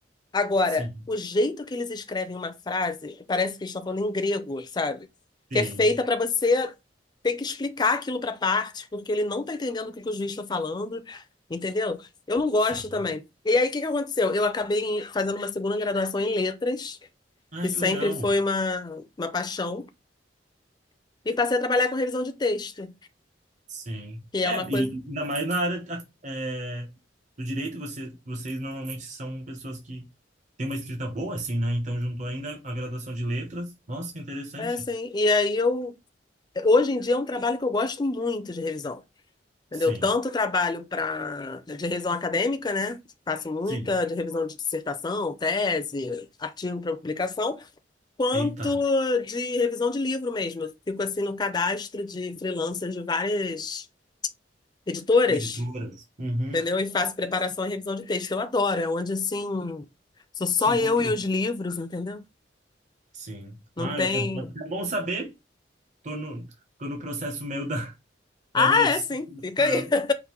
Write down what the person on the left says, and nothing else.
Agora,
o jeito que eles escrevem uma frase, parece que eles estão falando em grego, sabe? Que
é feita para você ter que explicar aquilo para parte, porque ele não está entendendo o que, que o juiz está falando, entendeu? Eu não gosto
também. E aí, o que que aconteceu? Eu acabei em- fazendo uma segunda graduação em letras,
que sempre
foi uma, uma paixão, e passei a trabalhar com revisão de texto,
que
é uma
coisa.
É assim. E aí, eu. Hoje em dia é um trabalho que eu gosto muito de revisão. Entendeu?
Tanto trabalho para de revisão acadêmica, né? Faço muita
de revisão de dissertação, tese, artigo para publicação, quanto
de revisão de livro mesmo. Eu fico assim no cadastro de freelancers de várias editoras,
entendeu? E faço preparação e revisão de texto. Eu adoro, é onde assim sou só
eu e os livros, entendeu?
Não
tem.
Ah,
é sim, fica aí. <laughs>